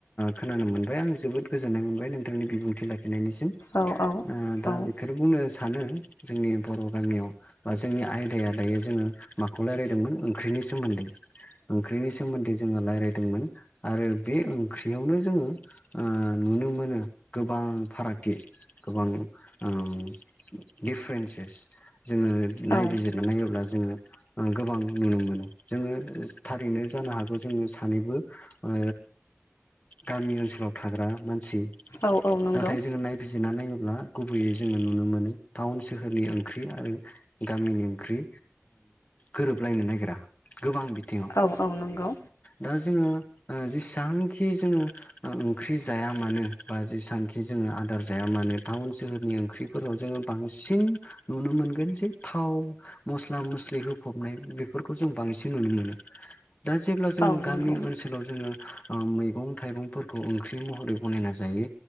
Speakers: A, on the left; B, on the left.
A: खोनानो मोनबाय आं जोबोद गोजोननाय मोनबाय नोंथांनि बिबुंथि लाखिनायनिसिम
B: औ औ
A: ओ दा
B: औ
A: बेखौनो बुंनो सानो जोंनि बर' गामियाव बा जोंनि आयदाया दायो जोङो माखौ रायलायदोंमोन ओंख्रिनि सोमोन्दै ओंख्रिनि सोमोन्दै जोङो रायलायदोंमोन आरो बे ओंख्रियावनो जोङो ओ नुनो मोनो गोबां फारागथि गोबां ओम दिफारेन्सेस जोङो नायबिजिरनानै
B: औ
A: नायोब्ला जोङो गोबां नुनो मोनो जोङो थारैनो जानो हागौ जोङो सानैबो ओ गामि ओनसोलाव थाग्रा मानसि
B: औ औ नंगौ
A: नाथाय जोङो नाय बिजिरना नायोब्ला गुबैयै जोङो नुनो मोनो टाउन सोहोरनि ओंख्रि आरो गामिनि ओंख्रि गोरोबलायनो नागिरा गोबां बिथिङाव
B: औ-औ नंगौ
A: दा जोङो ओ जेसांखि जोङो ओंख्रि जाया मानो बा जेसांखि जोङो आदार जाया मानो टाउन सोहोरनि ओंख्रि फोराव जोङो बांसिन नुनो मोनगोन जे थाव मस्ला मस्लि होफबनाय बेफोरखौ जों बांसिन नुनो मोनो दा जेब्ला जों
B: औ
A: गामि
B: नंगौ
A: ओनसोल ओनसोलाव जोङो ओ मैगं थाइगंफोरखौ ओंख्रि महरै बनायना जायो